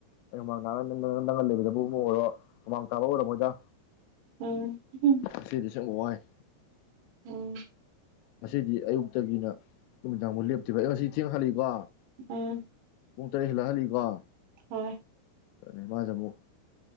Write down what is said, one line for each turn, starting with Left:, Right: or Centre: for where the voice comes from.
Left: ꯑꯩ ꯍꯃꯥꯡ ꯇꯥꯛ ꯅ ꯅꯪꯒꯜ ꯂꯩꯕꯗꯕꯨ ꯑꯃꯨꯛ ꯑꯣꯏꯔꯣ ꯍꯨꯃꯥꯡ ꯇꯥꯕ ꯑꯣꯏꯔꯝꯃꯣꯏꯗ
Right: ꯎꯝ ꯎꯝꯍꯨꯝ
Left: ꯉꯁꯤꯗꯤ ꯋꯥꯏ
Right: ꯎꯝ
Left: ꯉꯁꯤꯗꯤ ꯑꯌꯨꯛꯇꯒꯤꯅ ꯅꯨꯃꯤꯗꯥꯡꯕꯣꯛ ꯂꯦꯞꯇ꯭ꯕ ꯑꯩ ꯉꯁꯤ ꯊꯦꯡ ꯍꯜꯂꯛꯏꯀꯣ
Right: ꯎꯝ
Left: ꯄꯨꯡ ꯇꯔꯦꯠ ꯍꯦꯜꯂ ꯍꯜꯂꯛꯏꯀꯣ
Right: ꯍꯣꯏ
Left: ꯑꯗꯨ ꯃꯥꯖꯦ ꯑꯃꯨꯛ